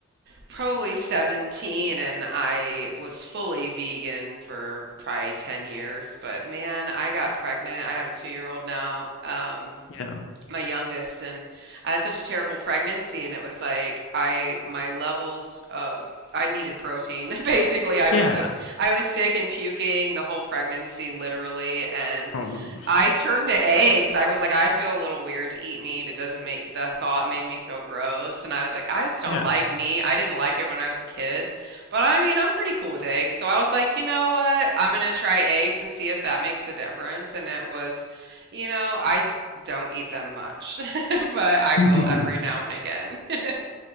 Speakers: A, on the right; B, on the left.
A: probably 17 and I was fully vegan for probably 10 years, but man, I got pregnant. I have a 2-year-old now. Um
B: yeah,
A: my youngest and I had such a terrible pregnancy and it was like I my levels uh I needed protein. <laughs> Basically, I was
B: yeah,
A: so, I was sick and puking the whole pregnancy literally and
B: Um,
A: I turned to eggs. I was like, I feel a little weird to eat meat. It doesn't make the thought made me feel gross. And I was like, I just don't
B: yeah.
A: like meat. I didn't like it when I was a kid. But I mean, I'm pretty cool with eggs. So I was like, you know what? I'm going to try eggs and see if that makes a difference. And it was, you know, I s- don't eat them much, <laughs> but I
B: <laughs>
A: will every now and again. <laughs>